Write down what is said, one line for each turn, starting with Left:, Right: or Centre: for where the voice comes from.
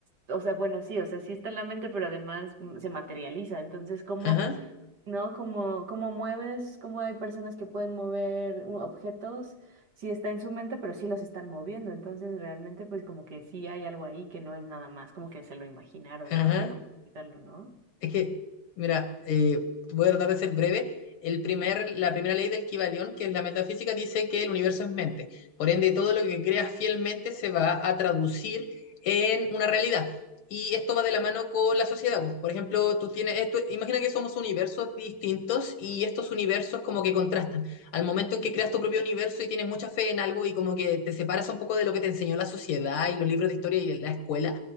Right: o sea, bueno, sí, o sea, sí está en la mente, pero además mm, se materializa. Entonces, ¿cómo,
Left: Ajá,
Right: no? ¿Cómo, cómo mueves? ¿Cómo hay personas que pueden mover u- objetos? Sí está en su mente, pero sí los están moviendo. Entonces, realmente, pues, como que sí hay algo ahí que no es nada más, como que se lo imaginaron,
Left: ajá.
Right: no sé cómo explicarlo, no
Left: Es que, mira, eh, voy a tratar de ser breve. El primer, la primera ley del Kybalión, que es la metafísica, dice que el universo es mente. Por ende, todo lo que creas fielmente se va a traducir en una realidad. Y esto va de la mano con la sociedad. pues. Por ejemplo, tú tienes, eh, tú- imagina que somos universos distintos y estos universos como que contrastan. Al momento en que creas tu propio universo y tienes mucha fe en algo y como que te separas un poco de lo que te enseñó la sociedad y los libros de historia y la escuela,